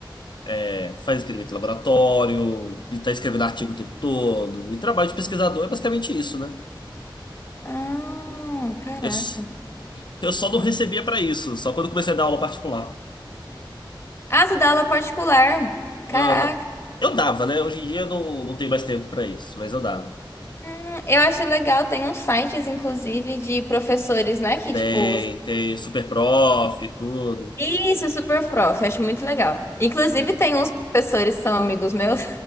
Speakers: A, on the left (about 60°); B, on the left (about 30°).
A: é, faz experimento em laboratório, e tá escrevendo artigo o tempo todo. E trabalho de pesquisador é basicamente isso, né?
B: ah, caraca.
A: Eu, s- eu só não recebia pra isso, só quando comecei a dar aula particular.
B: Ah, tu dá aula particular. Caraca.
A: Ah, eu dava, né? Hoje em dia eu não, não tenho mais tempo pra isso, mas eu dava.
B: Hum, eu acho legal, tem uns sites, inclusive, de professores, né? Que,
A: Tem,
B: tipo, os-
A: tem super prof e tudo.
B: Isso, é super prof, acho muito legal. Inclusive,
A: Tem.
B: tem uns professores que são amigos meus